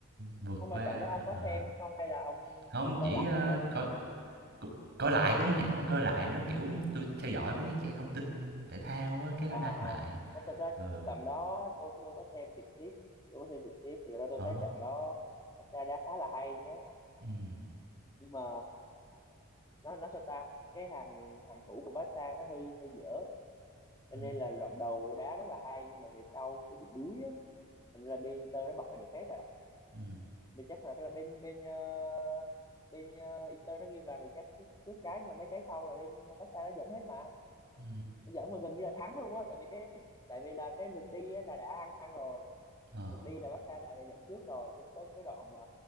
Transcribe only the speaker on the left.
không
mà trận đó ông có
xem không hay là ông
chỉ
coi lại
thôi
à
à
không thật ra
trận đó tôi tôi có xem trực tiếp tôi có xem trực tiếp thì thật ra tôi
thấy trận đó thật ra đã khá là hay nhé
nhưng mà nó nó sao ta cái hàng hàng thủ của Barca nó hơi hơi dở cho
nên là đoạn đầu đá rất là hay nhưng mà về sau nó bị đuối á thành ra bên Inter nó bật lại được hết à
bên chắc là là bên bên ờ, bên ờ, Inter nó ghi vào được chắc trước trước trái nhưng mà mấy trái sau là bên Barca nó dẫn hết mà
dẫn mà gần như là thắng luôn á tại vì cái cái tại vì là cái lượt đi á, là đã ăn ăn rồi
lượt đi là Barca đã, đã dẫn trước rồi cho nên tới cái đoạn mà